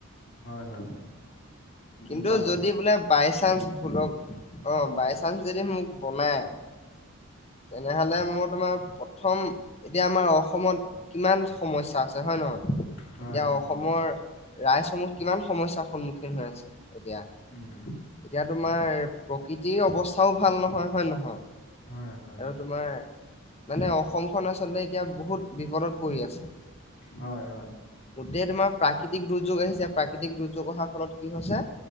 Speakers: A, on the left; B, on the left.
A: হয় হয় উম।
B: কিটো যদি বোলে বাই চান্স ভুলক অঁ বাই চান্স যদি মোক বনাই তেনেহলে মই তোমাৰ প্ৰথম এতিয়া আমাৰ অসমত কিমান সমস্যা আছে হয় নহয়
A: হয়
B: এতিয়া
A: হয় হয়
B: অসমৰ ৰাজ্যসমূহ কিমান সমস্যাৰ সন্মুখীন হৈ আছে। এতিয়া,
A: উম
B: এতিয়া তোমাৰ প্ৰকৃতিৰ অৱস্থাও ভাল নহয় হয় নহয়?
A: হয় হয়।
B: আৰু তোমাৰ মানে অসমখন আচলতে এতিয়া বহুত বিপদত পৰি আছে।
A: হয় হয়
B: গোটেই তোমাৰ প্ৰাকৃতিক দুৰ্যোগ আহিছে প্ৰাকৃতিক দুৰ্যোগ অহাৰ ফলত কি হৈছে